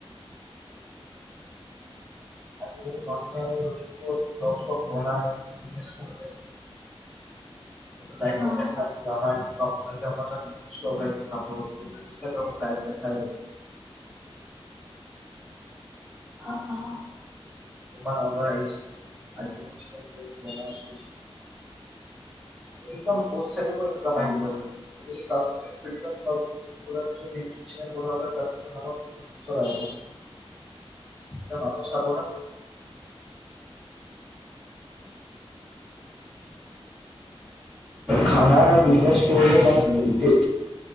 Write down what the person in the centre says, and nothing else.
আজিকালি মন্টযে ইউটিউব ব্লগ চল্গ বনাই বিজনে কৰিছে নাই
দেখা <unintelligible> আমাৰ অ আজি আমাৰ তাত ষ্টক আহ যে কাপোৰ ইনাগ্ৰামাইপ দেখায়
তোমাৰ অডাৰ আহিছে আজিবনাই আছো ইনকাম <unintelligible>
<unintelligible> কলাৰ পিছত ৰিম জিম চেনেল থাকে এয়া মানুহ <unintelligible> খানাৰ বিগনেছ কৰিলে মানে
গোটেই